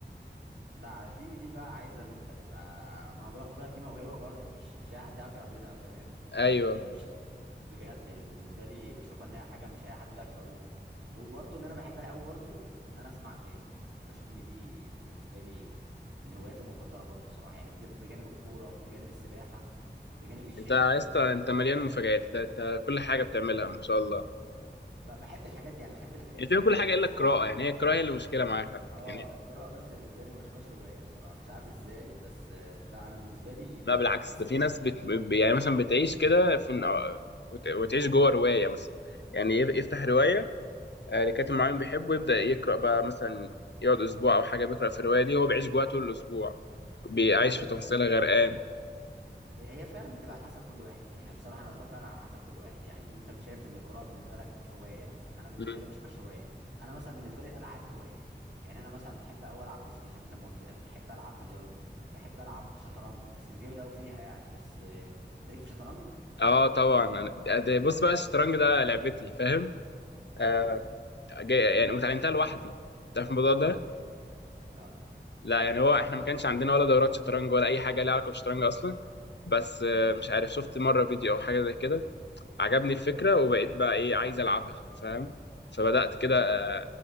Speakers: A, on the right (about 75°); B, on the left (about 70°).
A: لا دي دي بقى عايزه ان انت تبقى ما هو بالك خد بالك دي موهبه برضه مش مش اي حد يعرف يعملها فاهم
B: ايوه
A: يعني مش بجد يعني بالنسبه لي بشوفها ان هي حاجه مش اي حد بيعرف يعوم وبرضه اللي انا بحبها قوي برضه ان انا اسمع اغاني بشوف ان دي بالنسبه لي من هواياتي المفضله برضه بصراحه يعني بجيب- بجانب الكوره بجانب السباحه بجانب الجيم
B: انت يا اسطى انت مليان مفاجآت ده انت كل حاجه بتعملها ما شاء الله
A: ب- بحب الحاجات دي يعني بحب الحاجات
B: يعني
A: دي
B: بتعمل
A: قوي
B: كل حاجه
A: يعني
B: الا
A: بس
B: القراءه
A: طبعا
B: يعني هي القراءه هي اللي مشكله معاك على فكرة.
A: اه
B: يعني
A: القراءه بس بالنسبه لي ما بشوفهاش هوايه بصراحه مش عارف ازاي بس آه، لا انا بالنسبه لي
B: لا بالعكس
A: السباحه
B: ده في ناس بت... ب- يعني مثلا بتعيش كده في وت... وتعيش جوه روايه مثلا يعني يف- يفتح روايه آه، لكاتب معين بيحبه يبدا يقرا بقى مثلا يقعد اسبوع او حاجه بيقرا في الروايه دي هو بيعيش جواها طول الاسبوع بيعيش
A: في
B: في تفاصيلها غرقان
A: هي هي فعلا بتبقى على حسب كل واحد يعني بصراحه انا بشوف فعلا على حسب كل واحد يعني انت مش شايف ان القراءه بالنسبه لك هوايه انا بالنسبه
B: مم.
A: لي بشوفهاش هوايه انا مثلا بالنسبه لي الالعاب هوايه يعني انا مثلا بحب قوي العب بلاي ستيشن زي ما قلت لك بحب العب بلياردو بحب العب شطرنج بس مش جامد قوي فيها يعني بس آه، تاريخ في شطرنج
B: اه طبعا انا ده- بص بقى الشطرنج ده لعبتي فاهم
A: ايوه
B: آه جاي يعني وتعلمتها لوحدي تعرف الموضوع ده
A: لا
B: لا يعني هو احنا ما كانش عندنا ولا دورات شطرنج ولا اي حاجه لها علاقه بالشطرنج اصلا بس آه
A: امم
B: مش عارف شفت مره فيديو او حاجه زي كده عجبني الفكره وبقيت بقى ايه عايز العبها فاهم فبدات كده
A: امم